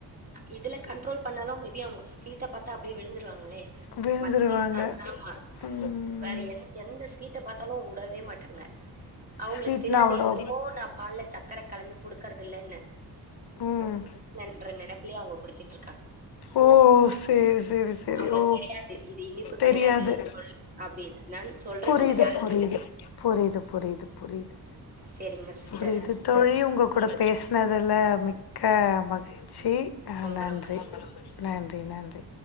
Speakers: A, on the right; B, on the left.
A: இதுல கண்ட்ரோல் பண்ணாலு மே பி அவுங்க வீட்ட பாத்தா அப்டியே விழுந்துருவாங்களே
B: விழுந்துருவாங்க
A: மத்தி ஆ ஆமா
B: ம்
A: வேற எந் எந்த ஸ்வீட் விட்டுப் பாத்தாலு வுடவே மாட்டாங்க அவுங்களுக்கு
B: ஸ்வீட்னா
A: தெரியாது
B: அவ்ளோ
A: இன்னுமு நா பால்ல சக்கர கலந்து குடுக்கறதில்லன்னு
B: ம்
A: ன்ற‌ நெனைப்பிலேயே அவுங்க குடிச்சிட்டு
B: ஓ செரி செரி செரி
A: அவங்களுக்கு
B: ஓ
A: தெரியாது. இது இனிப்பு
B: தெரியாது
A: கிடையாது சொல் அப்படின்னு. நான் சொல்றதில்ல
B: புரியிது
A: யாருக்கும்.
B: புரியிது புரியிது புரியிது புரியிது
A: சரிங்க சிஸ்டர்.
B: ஒரு இது தோழி உங்க கூட பேசுனதுல க மகி சி ஆ
A: ரொம்ப
B: நன்றி
A: ரொம்ப
B: நன்றி நன்றி